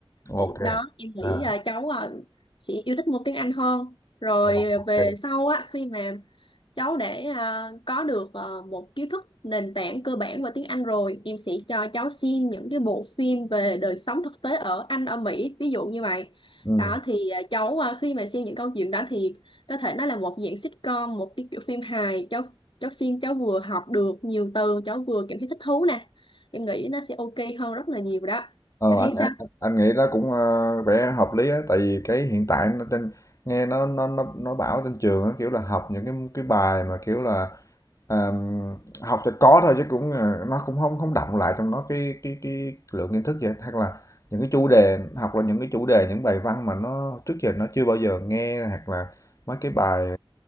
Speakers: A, on the left; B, on the left.
A: ok
B: thì lúc đó em nghĩ
A: À,
B: ờ, cháu ờ, sẽ yêu thích môn tiếng Anh hơn rồi
A: ờ, ok.
B: về sau á khi mà Cháu để à, có được à, một kiến thức nền tảng cơ bản về tiếng Anh rồi, em sẽ cho cháu xem những cái bộ phim về đời sống thực tế ở Anh, ở Mỹ, ví dụ như vậy.
A: ừ.
B: Đó thì à, cháu à, khi mà xem những câu chuyện đó thì có thể nó là một dạng sitcom, một cái kiểu phim hài. Cháu cháu xem cháu vừa học được nhiều từ, cháu vừa cảm thấy thích thú nè. Em nghĩ nó sẽ ok hơn rất là nhiều đó.
A: Ờ,
B: Anh thấy
A: anh, anh
B: sao?
A: anh nghĩ đó cũng ờ, vẻ hợp lý á tại vì cái hiện tại nó trên nghe nó nó nó nó bảo trên trường á kiểu là học những cái cái bài mà kiểu là ờm, học cho có thôi chứ cũng ờ, nó cũng không không đọng lại trong nó cái cái cái lượng kiến thức vậy hoặc là những cái chủ đề học là những cái chủ đề những bài văn mà nó trước giờ nó chưa bao giờ nghe hoặc là mấy cái bài